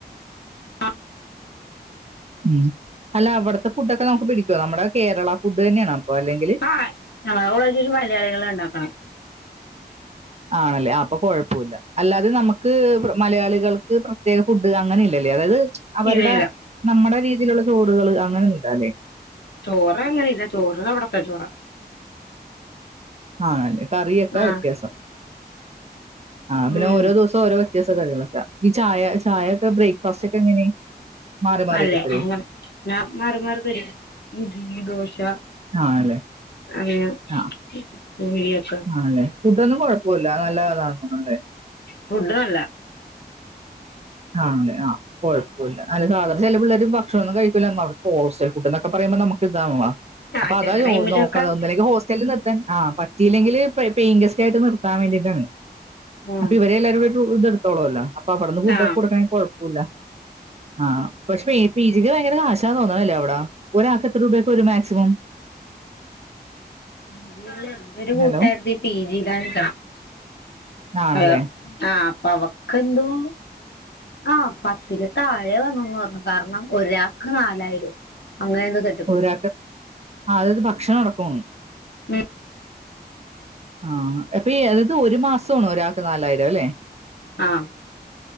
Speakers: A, on the left; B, on the right.
A: ആഹ്
B: ഉം അല്ല അവട്ത്തെ ഫുടൊക്കെ ന്നമ്മക്ക് പിടിക്കോ ന്നമ്മളെ കേരള ഫുഡ് തന്നെയാണോ അപ്പൊ അല്ലെങ്കില്
A: ആഹ് ഞങ്ങളെ കോളേജില് മലയാളികളാ ഇണ്ടാക്ക്ണെ.
B: ആണല്ലേ അപ്പം കൊഴപ്പൂല്ല അല്ലാതെ നമ്മക്ക് മലയാളികൾക്ക് പ്രത്യേക ഫുഡ് അങ്ങനെ ഇല്ലല്ലേ അതായെത് ചി അവര്ടെ
A: ഇല്ല ഇല്ല
B: ന്നമ്മടെ രീതിയിലുള്ള ചോറുകൾ അങ്ങനൊന്നും ഇല്ലാല്ലേ.
A: ചോറ് അങ്ങെനെയില്ല ചോറ് അവടെത്തെ ചോറാ.
B: ആണല്ലേ കറിയൊക്കെ
A: ആഹ്
B: വ്യത്യാസം. ആഹ് പിന്നാ
A: ഉം
B: ഓരോ ദിവസം ഓരോ വ്യത്യസ്ഥ കറികളൊക്കെ ഈ ചായ ചായക്ക് ബ്രേക്ക്ഫാസ്റ്റ് ഒക്കെ എങ്ങനെ? മാറി മാറിയൊക്കെ
A: നല്ലെ
B: തരോ?
A: അങ്ങെനെ ന്നാ മാറി മാറി തെരും ഇഡ്ലി, ദോശ-
B: ആണല്ലേ?
A: അങ്ങനെ
B: ആ,
A: <unintelligible>
B: ആണല്ലേ ഫുഡൊന്നും കൊഴപ്പൂല്ല. നല്ലെതാ തോന്ന്ണ്ട്?
A: ഫുഡ് നല്ലാ.
B: ആണല്ലേ ആഹ് അപ്പൊ കൊഴപ്പൂല്ല. നല്ല സാധനം ചെലവുള്ളത് ഇപ്പം ക്ഷണം കഴിക്കൂല മർ ഹോസ്റ്റൽ ഫുഡ് ഇണ്ടാക്കാൻ പറയുമ്പം ന്നമ്മക്ക് ഇതാവും ആ
A: ആഹ്
B: അപ്പ
A: ചെല
B: അതാ ഈ
A: ടൈമിലൊക്കെ
B: ഓല് നോക്ക്ണെ ഒന്നല്ലെങ്കിൽ ഹോസ്റ്റലിൽ നിർ ആഹ് പറ്റിയില്ലെങ്കില് പെ പെയിൻഗെസ്റ്റായിട്ട് നിർത്താൻ വേണ്ടീട്ടാണ്.
A: ആഹ്
B: അപ്പ ഇവരെ എല്ലാരു കൂടി റൂം എടുത്തോളല്ലോ അപ്പൊ അവടെന്ന് ഫുഡൊക്കെ
A: ആഹ്
B: കൊട്ക്കാണെ കൊഴപ്പൂല്ല. ആഹ് പക്ഷെ പീ പി ജിക്ക് ഭയങ്കര കാശാന്ന് തോന്ന്ണല്ലെ ഇവടെ ഒരാക്ക് എത്ര രൂപയൊക്കെ വെരും മാക്സിമം?
A: ഇതില് എന്റെ ഒരു കൂട്ടാര്ത്തി
B: ഹലോ
A: പി ജിയിലാണ്.
B: ആണല്ലേ
A: ഹലോ ആഹ് അപ്പ അവക്കെന്തുവാ ആഹ് പത്തില് താഴെ വന്നെന്ന് പറഞ്ഞു കാര്ണം ഒരാക്ക് നാലായിരം. അങ്ങനെന്തേ സ
B: പോരാതെആ അതത് ഭക്ഷണം അടക്കാണ്
A: ഉം
B: ആഹ് അതെ <unintelligible> അതായത് ഒരു മാസാണോ ഒരാൾക്ക് നാലായിരം? അല്ലേ
A: ആഹ്